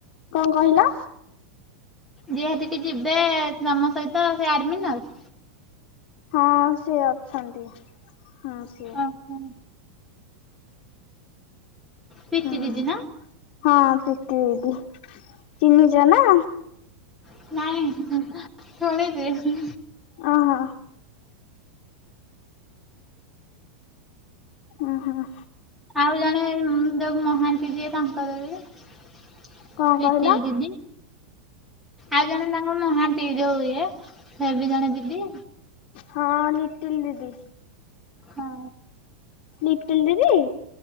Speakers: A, on the left; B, in the centre.
A: କଣ କହିଲ?
B: ଯିଏ ଦିଦି ଯିବେ ତମ ସହିତ ସେ ଆଡର୍ମିନାଲ୍।
A: ହଁ ସିଏ ଅଛନ୍ତି ହଁ ସିଏ।
B: ଓହୋ ପିତି
A: ହଁ
B: ଦିଦି ନା?
A: ହଁ ପ୍ରୀତି ଦିଦି ଚିହ୍ନିଚ ନା।
B: ନାଇଁ ଶୁଣିଚି।
A: ଅ ହ। ହୁଁ ହୁଁ।
B: ଆଉ ଜଣେ ଯୋଉ ମହାନ୍ତିି ଯିଏ ତାଙ୍କର ଯେ
A: କଣ
B: ଲିଟିଲି
A: କହିଲ?
B: ଦିଦି। ଆଉ ଜଣେ ତାଙ୍କ ମହାନ୍ତି ଯୋଉ ଇଏ ସେ ବି ଜଣେ ଦିଦି।
A: ହଁ ଲିଟିଲ୍ ଦିଦି।
B: ହଁ
A: ଲିଟିଲ୍ ଦିଦି।